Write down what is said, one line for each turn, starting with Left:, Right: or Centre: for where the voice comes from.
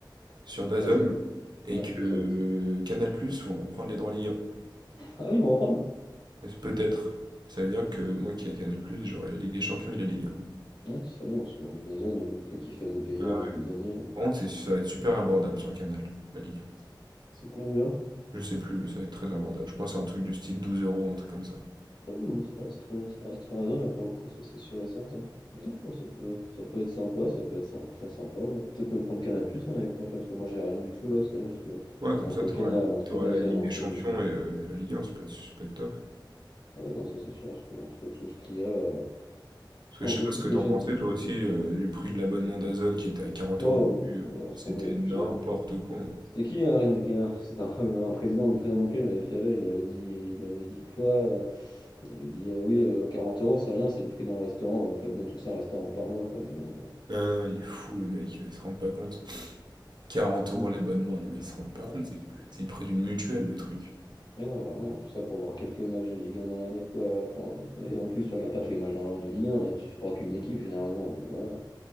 Right: sur DAZN
Left: Dazen.
Right: et
Left: Ouais,
Right: que
Left: exact.
Right: euh, Canal+ vont reprendre les droits Ligue 1.
Left: Ah oui, ils vont reprendre.
Right: Et Peut-être. Ça veut dire que moi qui ai Canal+, j'aurai la Ligue des Champions et la Ligue 1.
Left: Ouais, ce serait bien, parce que bon, Dazen, vu le prix qu'il faisait payer
Right: Ah
Left: en
Right: ouais.
Left: début d'année, euh,
Right: Par contre, c'est- ça va être super abordable sur Canal, la Ligue 1.
Left: c'est combien?
Right: Je sais plus, mais ça va être très abordable. Je crois que c'est un truc du style 12 euros, un truc comme ça.
Left: Ah oui, non, ça reste, très- ça reste très raisonnable pour le coup, ça c'est sûr et certain. Non, bah, ça peut, ça peut être sympa, ça peut être sy- très sympa. ouais. Peut-être me prendre Canal Plus l'année prochaine, parce que moi j'ai rien du tout là, c'est parce que
Right: Ouais, comme
Left: entre
Right: ça, t'auras,
Left: Canal,
Right: le-
Left: entre
Right: t'auras
Left: DAZN,
Right: la Ligue
Left: entre
Right: des Champions
Left: Beansport.
Right: et, euh, et la Ligue 1, ça peut être, ça peut être top.
Left: Ah ouais, non, ça c'est sûr, parce que entre tout ce qu'il y a, euh,
Right: Parce
Left: entre
Right: que je sais pas
Left: toutes
Right: ce que
Left: les
Right: t'en
Left: chaînes
Right: pensais,
Left: qui font.
Right: toi aussi, euh, du prix de l'abonnement d'Azone qui était à 40
Left: Oh,
Right: euros au début, euh,
Left: on va se
Right: c'était
Left: tomber,
Right: n'importe
Left: qui a.
Right: quoi. hein.
Left: C'était qui, hein, qui a- c'est un, ah oui, voilà, un président, le président non plus, il m'avait fait rire, il avait dit, il avait dit quoi? euh, Il avait dit, euh, oui, euh, 40 euros, c'est rien, c'est le prix d'un restaurant, vous faites bien tout ça, un restaurant par mois, quoi, mais bon.
Right: Ah non, il est fou le mec, euh, il se rend pas compte. 40 euros
Left: euh,
Right: l'abonnement, non mais ils se rendent pas
Left: Ouais,
Right: compte,
Left: non,
Right: c'est
Left: c'est-
Right: c'est le prix d'une mutuelle le truc.
Left: mais non, vraiment, tout ça pour voir quelques matchs de Ligue 1 dans l'année, quoi. Enfin, et en plus, tu regardes pas tous les matchs dans la- de Ligue 1, là, tu supportes qu'une équipe généralement, donc voilà.